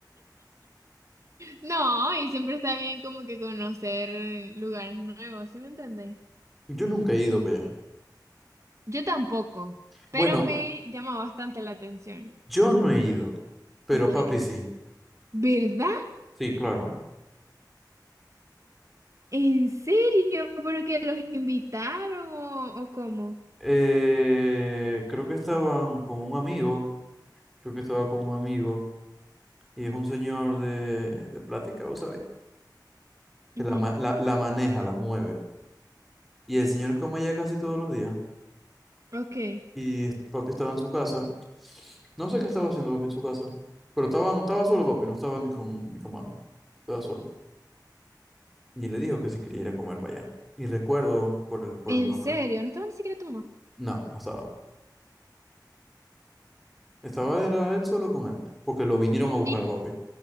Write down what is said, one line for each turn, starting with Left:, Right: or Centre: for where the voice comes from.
Right: No, y siempre está bien como que conocer lugares nuevos, ¿sí me entendéis?
Centre: Yo nunca he ido para allá.
Right: Yo tampoco,
Centre: Bueno,
Right: pero me llama bastante la atención.
Centre: yo no he ido, pero
Right: Ok.
Centre: papi sí.
Right: ¿Verdad?
Centre: Sí, claro.
Right: ¿En serio? ¿Pero que los invitaron o, o cómo?
Centre: Eh, creo que estaban con un amigo, creo que estaba con un amigo, y es un señor de, de plática, vos sabéis,
Right: Ujú.
Centre: que la, ma- la, la maneja, la mueve. Y el señor come allá casi todos los días,
Right: Ok.
Centre: y es- papi estaba en su casa. No sé qué estaba haciendo papi en su casa, pero estaban, estaba solo papi, no estaba ni con, ni con mami, estaba solo. Y le dijo que si quería ir a comer para allá. Y recuerdo por el, por
Right: ¿En
Centre: el nombre.
Right: serio? No estaba ni siquiera tu mamá.
Centre: No, no estaba. Estaba era él solo con él, porque lo vinieron a buscar
Right: y
Centre: a papi.